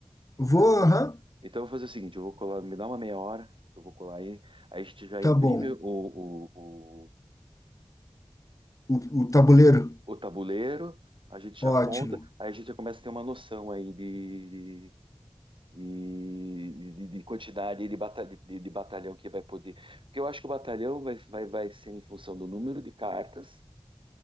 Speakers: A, on the left; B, on the right.
A: vou, aham,
B: Então eu vou fazer o seguinte, eu vou colar, me dá uma meia hora, eu vou colar aí, aí a gente já
A: tá
B: imprime
A: bom.
B: o, o, o,
A: O, o tabuleiro,
B: o tabuleiro, a gente já
A: ótimo.
B: conta, aí a gente já começa a ter uma noção aí de, de, de- de quantidade de, bata- de- de batalhão que vai poder. Porque eu acho que o batalhão vai, vai, vai ser em função do número de cartas